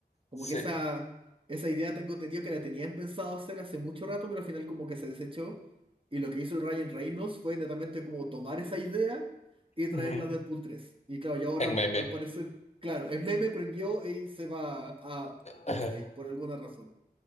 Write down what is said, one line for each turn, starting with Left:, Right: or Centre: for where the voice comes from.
Right: Como
Left: sí,
Right: que esa, esa idea tengo entendido que la tenían pensado hacer hace mucho rato, pero al final como que se desechó. Y lo que hizo el Ryan Reynolds fue netamente como tomar esa idea y traerla
Left: ujú,
Right: a Deadpool tres Y claro, y ahora
Left: en meme,
Right: al parecer, claro, el meme prendió y se va a Doomsday
Left: ajá,
Right: por alguna razón.